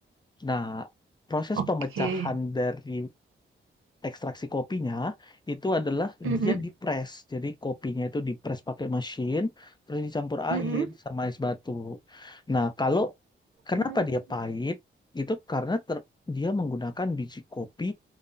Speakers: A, on the left (about 20°); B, on the right (about 75°).
A: Nah, proses
B: Oke.
A: pemecahan dari ekstraksi kopinya itu adalah
B: Mm-mm.
A: dia dipres. Jadi kopinya itu dipres pakai mesin, terus dicampur
B: Mm-mm.
A: air sama es batu. Nah, kalau kenapa
B: Mm.
A: dia pahit? Itu karena ter- dia menggunakan biji kopi